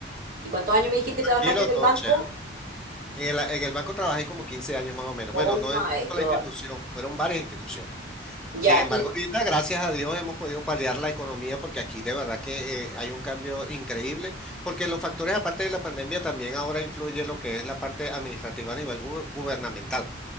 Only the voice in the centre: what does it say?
Kilo,
todo
chévere. En el, en el banco trabajé como 15 años más o menos.
Bueno, no
en la
institución, fueron varias instituciones.
Sin embargo,
ahorita, gracias a Dios, hemos podido paliar la economía porque aquí de verdad que eh, hay un cambio increíble, porque los factores, aparte de la pandemia, también ahora influye lo que es la parte administrativa a nivel gu- gubernamental.